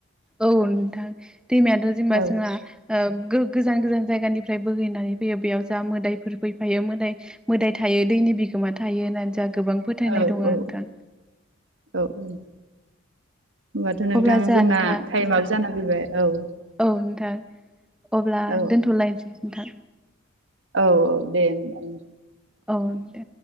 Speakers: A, in the centre; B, on the right (about 60°).
A: औ नोंथां दैमायाथ' जेनेबा
B: औ
A: जोंहा ओ गो-गोजान गोजान जायगानिफ्राय बोहैनानै फैयो बेयाव जा मोदायफोर फैफायो मोदाय मोदाइ थायो दैनि बिगोमा थायो होननानै जाहा गोबां फोथायनाय
B: औ औ
A: दं आरो नोंथां
B: औ औ ओम। होमबाथ' नोंथां
A: अब्ला जोंहा
B: जोंना
A: नोंथां
B: टाइमाबो जानानै फैबाय औ।
A: औ नोंथां अब्ला
B: औ
A: दोनथ'लायसै नोंथां।
B: औ औ दे होमबा नोंथां।
A: औ दे।